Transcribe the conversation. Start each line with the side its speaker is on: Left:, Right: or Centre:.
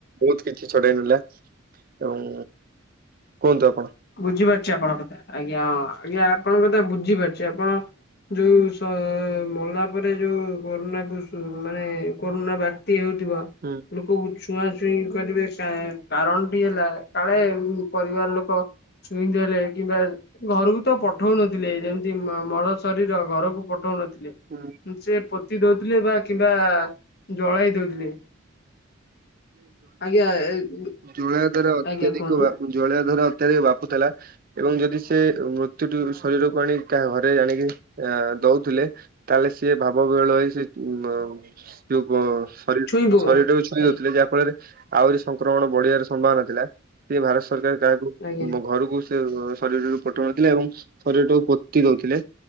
Right: ବୋହୁତ କିଛି ଛଡ଼ଇ ନେଲା ଏବଂ କୁହନ୍ତୁ ଆପଣ
Left: ବୁଝିପାରୁଚି ଆପଣଙ୍କ କଥା ଆଜ୍ଞା ହଁ ଆଜ୍ଞା ଆପଣଙ୍କ କଥା ବୁଝିପାରୁଚି ଆପଣ ଯୋଉ ସ ମଲା ପରେ ଯୋଉ କୋରୋନା କୁ ମାନେ କୋରୋନା ବ୍ୟାକ୍ତି <inaudible> ହେଉଥିବ
Right: ହୁଁ।
Left: ଲୋକକୁ ଛୁଆଁଛୁଇଁ କରିବେ କା-କାରଣଟି ହେଲା କାଳେ ପରିବାର ଲୋକ ଛୁଇଁ ଦେଲେ କିମ୍ବା ଘରକୁ ତ ପଠଉନଥିଲେ ଯେମିତି ମ-ମର ଶରୀର ଘରକୁ ପଠଉନଥିଲେ।
Right: ହୁଁ।
Left: ସେ ପୋତି ଦୋଉଥିଲେ ବା କିମ୍ବା ଜଳାଇ ଦୋଉଥିଲେ। ଆଜ୍ଞା <unintelligible>
Right: ଜଳେଇବା ଦ୍ଵାର ଅତ୍ୟଧିକ
Left: ଆଜ୍ଞା କୁହନ୍ତୁ
Right: ବ୍ୟାପୁ ଜଳେଇବା ୟ ଦ୍ଵାର ଅତ୍ୟଧିକ ବାପୁଥିଲା ଏବଂ ଯଦି ସେ ମୃ ତ୍ୟୁଟୁ ଶରୀରକୁ ଆଣି କାହା ଘରେ ଆଣିକି ଆ ଦଉଥିଲେ ତାହେଲେ ସିଏ ଭାବ ବିହୋଳ ହେଇ ସେ ମୋ ଯୋଉ ଗୋ ଶରୀର
Left: ଛୁଇଁ ପୋକ
Right: ଶରୀରଟାକୁ ଛୁଇଁ
Left: ଆଜ୍ଞା
Right: ଦଉଥିଲେ ଯାହା ଫଳରେ ଆହୁରି ସଂକ୍ରମଣ ବଢିବାର ସମ୍ଭାବନା ଥିଲା। ଇଏ ଭାରତ ସରକାର କାହାକୁ
Left: ଆଜ୍ଞା
Right: ବୋ ଘରକୁ ମୃତ୍ୟୁ ଶରୀରଟିକୁ ପଠଉ ନଥିଲେ ଏବଂ ଶରୀରଟାକୁ ପୋ ତି ଦୋଉଥିଲେ